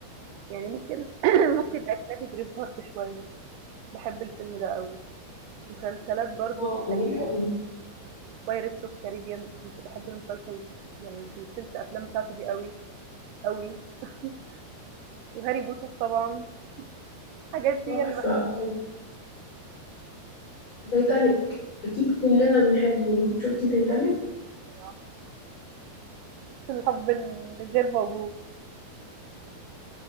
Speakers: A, on the right; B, on the left.
A: يعني ممكن <clears throat> ممكن أجنبي braveheart شوية، باحب الفيلم ده أوي، مسلسلات برضه
B: اه
A: في الأج
B: جميل قوي
A: pirates of caribbean كنت باحب المسلسل يعني سلسلة الأفلام بتاعته دي أوي، أوي <laughs> وهاري بوتر طبعًا، الحاجات
B: تحفة
A: دي هي اللي
B: اه تايتانيك اكيد كلنا بنحبه شفتي تايتانيك
A: باحبها، الحب الغير موجود،